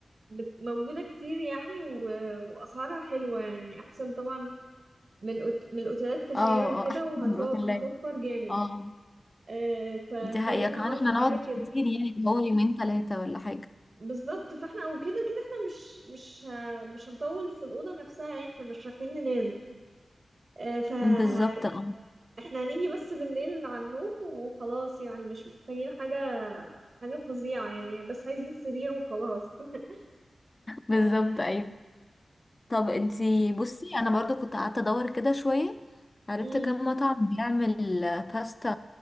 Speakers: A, on the right; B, on the left.
A: بت- موجودة كتير يعني و- وأسعارها حلوة يعني أحسن طبعا من الأوت- من الأوتيلات كسعر
B: اه
A: وكده
B: اه أحسن
A: وهتوفر
B: من الأوتيلات
A: جامد
B: اه
A: آه، فخلينا
B: دي حقيقة كمان
A: اه
B: احنا
A: في
B: نقعد
A: حاجة
B: كتير
A: كده
B: يعني اللي هو يومين ثلاثة ولا حاجة
A: بالظبط فاحنا وكده كده كده احنا مش مش ه... مش هنطول في الأوضة نفسها يعني احنا مش رايحين ننام آه، ف ه-
B: بالظبط اه
A: احنا هنيجي بس بالليل على النوم وخلاص يعني مش محتاجين حاجة حاجة فظيعة يعني بس عايزين سرير وخلاص <laughs>
B: بالظبط
A: آه،
B: أيوة طب انتي بصي انا برضو كنت قعدت ادور كده شوية عرفت
A: امم
B: كم مطعم بيعمل باستا